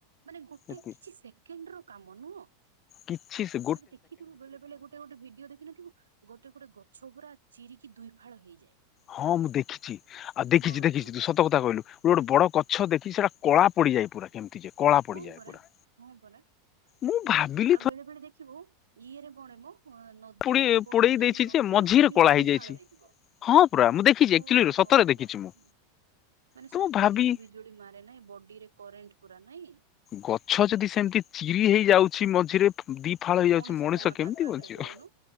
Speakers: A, on the right; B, on the left.
A: ମାନେ ଗୋଟେ
B: ଏତି
A: କିଛି ସେକେଣ୍ଡର କାମ ନୁହଁ।
B: କିଛି ସୁଗୁ
A: ଆରେ ଦେଖିଥିବୁ ବେଳେ ବେଳେ ଗୋଟେ ଗୋଟେ ଭିଡ଼ିଓ ଦେଖିନଥିବୁ ଗୋଟେ ଗୋଟେ ଗଛ ପୁରା ଚିରିକି ଦୁଇ ଫାଳ ହେଇଯାଏ।
B: ହଁ ମୁଁ ଦେଖିଛି ଆଉ ଦେଖିଛି
A: ହଁ
B: ଦେଖିଛି
A: ହଁ
B: ତୁ ସତ କଥା କହିଲୁ, ଗୋଡ଼ ବଡ଼ ଗଛ ଦେଖିଚି ସେଟା କଳା ପଡ଼ିଯାଏ ପୁରା କେମିତି ଯେ କଳା ପଡ଼ିଯାଏ
A: ହଁ ପରା
B: ପୁରା।
A: ହଁ ପରା।
B: ମୁଁ
A: ସେମିତି
B: ଭାବିଲି
A: ଆଉ
B: ଥରେ
A: ବେଳେ ବେଳେ ଦେଖିବୁ ଇଏରେ ପଡ଼େ ମ ହଁ ନ
B: ପୋଡି
A: ଦି ରେ ପଡ଼ିବୁ
B: ପୋଡେଇ
A: ଯଦି
B: ଦେଇଛି
A: ନଦୀର
B: ଯେ ମଝିରେ
A: ପାଣି
B: କଳା
A: ବି ଦୁଇଫାଳ
B: ହେଇଯାଇଛି
A: ହେଇଯିବ।
B: ହଁ ପୁରା ମୁଁ ଦେଖିଛି ଆକ୍ଚୁଆଲି
A: ଓହୋ
B: ସତରେ
A: ହୋ
B: ଦେଖିଛି
A: ହୋ ହୋ
B: ମୁଁ
A: ମାନେ
B: ତ
A: ସତରେ
B: ମୁଁ ଭାବି
A: କେମିତି ବିଜୁ ଯୋଡ଼ି ମାରେ ନାହିଁ ବଡ଼ିରେ କରେଣ୍ଟ ପୁରା ନାହିଁ।
B: ଗଛ ଯଦି ସେମତି ଚିରି ହେଇ ଯାଉଛି ମଝିରେ ଦି ଦିଫାଳ
A: ଆଉ
B: ହେଇଯାଉଛି ମଣିଷ
A: କଣ
B: କେମିତି
A: ତାଙ୍କ ଆଗରେ
B: ବଞ୍ଚିବ
A: କହୁନୁ